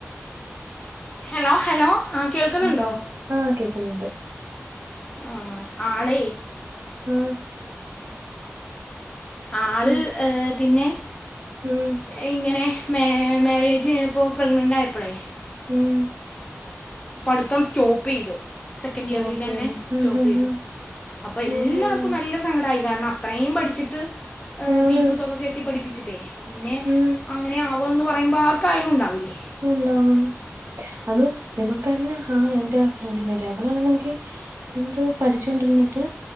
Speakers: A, on the left; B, on the right.
A: Hello hello. ആഹ് കേൾക്കുന്നുണ്ടോ
B: പ ആഹ് കേക്കുന്നുണ്ട്
A: ആഹ് ആളെ
B: ഉം.
A: ആള്
B: ഉം
A: ഏഹ് പിന്നെ
B: ഉം.
A: ഇങ്ങനെ മേ മാരേജ് കഴിഞ്ഞപ്പോ പ്രഗ്നന്റ് ആയപ്പോളേ
B: ഉം
A: പഠിത്തം സ്റ്റോപ്പെയ്തു. സെക്കൻഡ്
B: സ്റ്റോപ്പ്
A: ഇയറിൽ തന്നെ
B: ചെയ്തു
A: സ്റ്റോപ്പെയ്തു
B: ഉം ഉം ഉം
A: അപ്പൊ എല്ലാർക്കും
B: ഓഹ്
A: നല്ല സങ്കടായി കാരണം അത്രയും പഠിച്ചിട്ട്
B: ആന്ന്
A: ഫീസ് ഇതൊക്കെ കെട്ടി പഠിപ്പിച്ചിട്ടേ പിന്നെ
B: ഉം
A: അങ്ങനെ ആവുവെന്ന് എന്ന് പറയുമ്പോ ആർക്കായാലും ഉണ്ടാവില്ലേ?
B: ഉണ്ടാവും അത് നിങ്ങൾക്കാരുന്നെ ഹാ എന്റെ ആ ഫ്രണ്ടിന്റെ കാര്യം അവക്ക് ആണെങ്കി എന്തോ പഠിച്ചോണ്ടിരുന്നിട്ട്